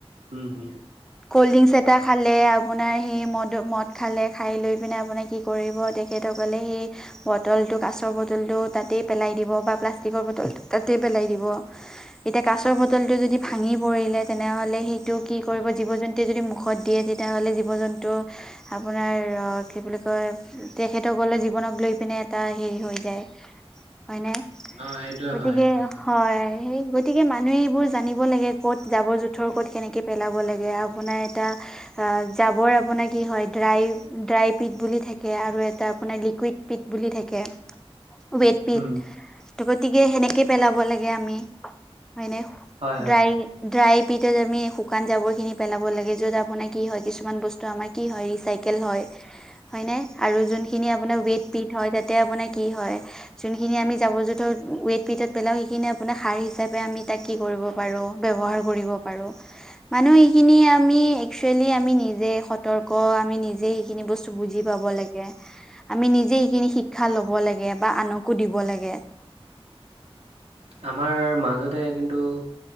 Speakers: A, on the right; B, in the centre.
A: উম হুম
B: ক'ল্ড ড্ৰিংকচ এটা খালে আপোনাৰ সেই মদ মদ খালে খাই লৈ পিনে আপোনাৰ কি কৰিব তেখেতসকলে সেই বটলটো কাচৰ বটলটো তাতেই পেলাই দিব বা প্লাষ্টিকৰ বটলটো তাতেই পেলাই দিব এতিয়া কাছৰ বটলটো যদি ভাঙি পৰিলে তেনেহলে সেইটো কি কৰিব জীৱ জন্তুৱে যদি মুখত দিয়ে তেতিয়াহ'লে জীৱ জন্তু আপোনাৰ কি বুলি কয় তেখেতসকলে জীৱনক লৈ পিনে এটা হেৰি হৈ যায় হয় নে
A: অ সেইটোৱে
B: গতিকে
A: হয় সেইটোৱে
B: হয় সেই গতিকে মানুহ এইবোৰ জানিব লাগে ক'ত জাবৰ জোঁথৰ ক'ত কেনেকে পেলাব লাগে আপোনাৰ এটা আ, জাবৰ আপোনাৰ কি হয় ড্ৰাই ড্ৰাই পিট বুলি থাকে আৰু এটা আপোনাৰ লিকুইড পিট বুলি থাকে ৱেদ পিট
A: উম
B: ত, গতিকে সেনেকে পেলাব লাগে আমি হয় নে
A: হয় হয়
B: ড্ৰাই ড্ৰাই পিটত আমি শুকান জাবৰ খিনি পেলাব লাগে যত আপোনাৰ কি হয় কিছুমান বস্তু আমাৰ কি হয় ৰিচাইকেল হয় হয়নে আৰু যোনখিনি আপোনাৰ ৱেত পিত হয় তাতে আপোনাৰ কি হয় যোনখিনি আমি জাবৰ জোথৰ ৱেট পিটত পেলাওঁ সেইখিনি আপোনাৰ সাৰ হিচাপে আমি তাক কি কৰিব পাৰো ব্যৱহাৰ কৰিব পাৰো মানুহ খিনিয়ে আমি একচুৱেলি আমি নিজে সতৰ্ক আমি নিজে সেইখিনি বস্তু বুজি পাব লাগে আমি নিজে সেইখিনি শিক্ষা লব লাগে বা আনকো দিব লাগে
A: আমাৰ মাজতে কিন্তু